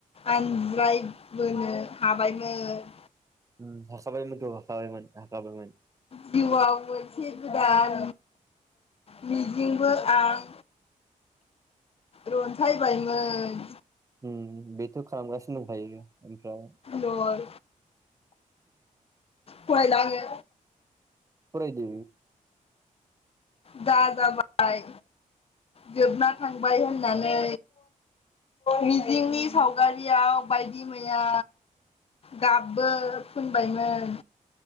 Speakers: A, on the left; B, on the right.
A: आनज्रायबोनो हाबायमोन
B: ओम हाखाबायमोनथ' हाखाबायमोन हाखाबायमोन
A: जिउआव मोनसे गोदान मिजिंबो आं रनसायबायमोन
B: उम बेथ' खालामगास <unintelligible> खायो ओमफ्राय
A: लर फारायला आङो
B: फरायदो
A: जा जाबाय जोबना थांबाय होननानै मिजिंनि सावगारियाव बायदि मैया गाबबो फोनबायमोन